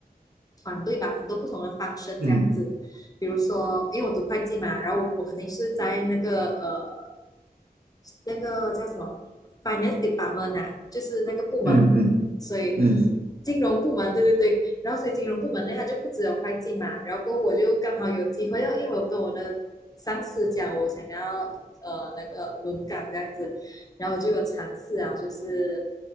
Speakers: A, on the left; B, on the right.
A: 团队吧，很多不同的方式这样子。
B: 嗯
A: 比如说，因为我读会计嘛，然后我我肯定是在那个呃那个叫什么 finance department 啊，就是那个部门，
B: 嗯嗯
A: 所以
B: 嗯
A: 金融部门，对对对。然后所以金融部门呢，它就不只有会计嘛，然后过后我就刚好有机会，因为我跟我的上司讲我想要呃那个轮岗这样子，然后我就有尝试啊，就是